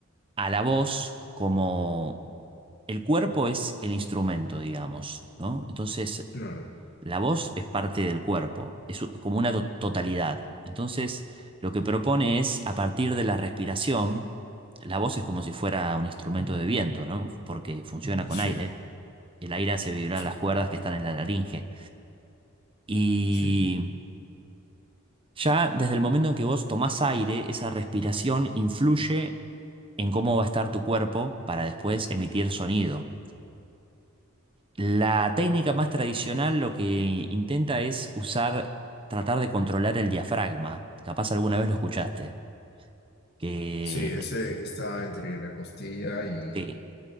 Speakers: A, on the right (about 25°); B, on the left (about 50°).
A: a la voz como el cuerpo es el instrumento, digamos, ¿no? Entonces,
B: Claro,
A: la voz es parte del cuerpo, es u- como una to- totalidad. Entonces, lo que propone es, a partir de la respiración, la voz es como si fuera un instrumento de viento, ¿no? Porque funciona
B: sí,
A: con aire. El aire hace vibrar
B: sí,
A: las cuerdas que están en la laringe. Y
B: sí.
A: ya desde el momento en que vos tomás aire, esa respiración influye en cómo va a estar tu cuerpo para después emitir sonido. La técnica más tradicional lo que intenta es usar, tratar de controlar el diafragma. Capaz alguna vez lo escuchaste. Que,
B: Sí, ese que está entre la costilla y
A: sí.